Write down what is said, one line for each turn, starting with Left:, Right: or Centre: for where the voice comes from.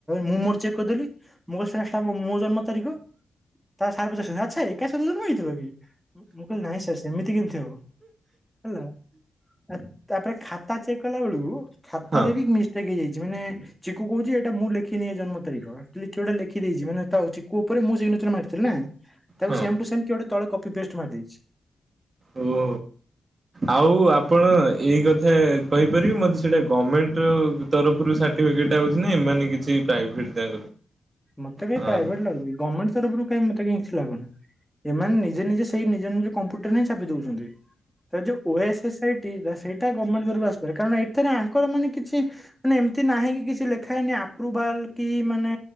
Centre: ମୁଁ ମୋର ଚେକ୍ କରିଦେଲି ମୁା ମୋ ଜନ୍ମ ତାରିଖ ତା ସାର୍ ପଚର୍ଛନ୍ତି ଆଛା ଏକା ସହିତ ଜନ୍ମ ହେଇଥିଲ କି ମୁଁ କହିଲି ନାଇଁ ସାର୍ ସେମିତି କେମିତି ହବ ହେଲ ଆ ତାପରେ ଖାତା ଚେକ୍ କଲା ବେଳକୁ ଖାତ
Right: ହଁ
Centre: ବି ମିଷ୍ଟକ୍ ହେଇଯାଇଛି ମାନେ ଚିକୁ କହୁଛି ଏଇଟା ମୁଁ ଲେଖିନି ଏ ଜନ୍ମ ତାରିଖଟା ଲେଖି ଦେଇଛି ମାନେ ଚିକୁ ଉପରେ ମୁଁ ମର୍ଥିଲି ନା
Right: ହଁ
Centre: ସେମ୍ଟୁ ସେମ୍ କିଏ ଗୋଟ ତଳେ କପୀପେଷ୍ଟ୍ ମାରିଦେଇଛି।
Right: ଓୋ ଆଉ ଆ ଆପଣ ଏଇ କଥା କହିପାରିବେ ମୋତେ ସେଇଟା ଗର୍ମେଣ୍ଟ ତରଫରୁ ସାର୍ଟିଫିକେଟ୍ ଆଉଛି ନା ମାନେ କିଛି ପ୍ରାଇଭେଟ
Centre: ମତେ କ
Right: ହଁ
Centre: ପ୍ରାଇଭେଟ ଲାଗୁଛି ଗମେଣ୍ଟ ତରଫ୍ ରୁ କାଇଁ ମତେ କାଇଁ ଲାଗୁନି ଏମାନେ ନିଜେ ନିଜେ ସେଇ ନିଜ ନିଜ କମ୍ପ୍ୟୁଟରରେ ହିଁ ଛାପି ଦଉଛନ୍ତି ତ ଯୋଉ ଓ ଏସ୍ ଏସ୍ ଆଇଟି ସେଇଟ ଗର୍ଣ୍ଣେଣ୍ଟ ତରଫରୁ ଆସିପାରେ କାରଣଇ ଏଥିରେ ଆଙ୍କର ମାନେ କିଛି ମାନେ ଏମିତି ନାହିଁ କି କିଛି ଲେଖା ହେଇନି ଆପ୍ରୁଭାଲ କି ମାନେ